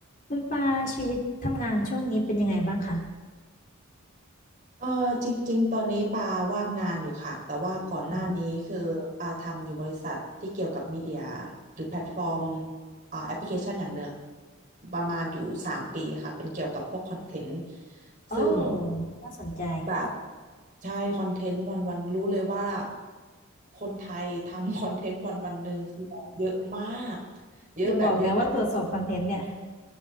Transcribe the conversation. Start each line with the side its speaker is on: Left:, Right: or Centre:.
Left: คุณปาชีวิตทำงานช่วงนี้เป็นยังไงบ้างคะ
Right: เออจริงๆตอนนี้ปาว่างงานอยู่ค่ะแต่ว่าก่อนหน้านี้คือปาทำอยู่บริษัทที่เกี่ยวกับมีเดีย
Left: อืม
Right: หรือแพลตฟอร์มอ่าแอปพลิเคชันอย่างเนื้อประมาณอยู่สามปีค่ะเป็นเกี่ยวกับพวกคอนเทนต์
Left: โอ้
Right: ซึ่ง
Left: น่าสนใจ
Right: แบบใช่คอนเทนต์วันวันรู้เลยว่าคนไทยทำ <laughs> คอนเทนต์วันวันหนึ่งคือแบบเยอะมากเยอะแบบเยอะ
Left: อย่าบอกนะว่าตรวจสอบคอนเทนต์เนี่ย